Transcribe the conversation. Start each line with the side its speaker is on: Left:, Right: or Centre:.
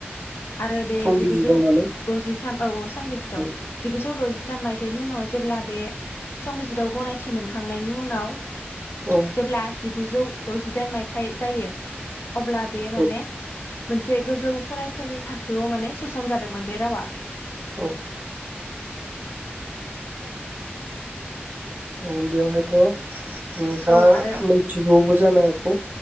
Left: आरो बे
Right: संबिजिदाव
Left: जिगुजौ
Right: माने
Left: द'जि थाम औ औ संबिजिदआव
Right: औ
Left: जिगुजौ द'जि थाम मायथाइनि उनाव जेब्ला बे संबिजितआव गनायथि मोनखांनायनि उनाव
Right: औ
Left: जेब्ला जिगुजौ द'जिदाइन मायथाइ जायो अब्ला बे माने
Right: औ
Left: मोनसे गोजौ फरायसालि थाखोआव माने सोसन जादोंमोन बे रावा
Right: औ ओम बेयाव हायथ' नोंथाङा
Left: औ आरो
Right: मिनथिगौबो जानो हागौ